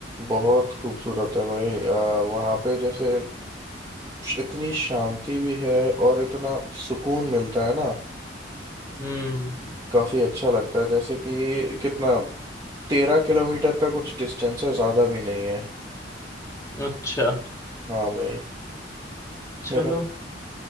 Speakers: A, on the right; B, on the left.
A: बहुत खूबसूरत है भाई आ, वहाँ पे जैसे इतनी शांति भी है और इतना सुकून मिलता है ना
B: हम्म
A: काफी अच्छा लगता है जैसे कि कितना तेरह किलोमीटर का कुछ डिस्टेंस है ज्यादा भी नहीं है
B: अच्छा
A: हाँ भाई
B: चलो
A: मेरा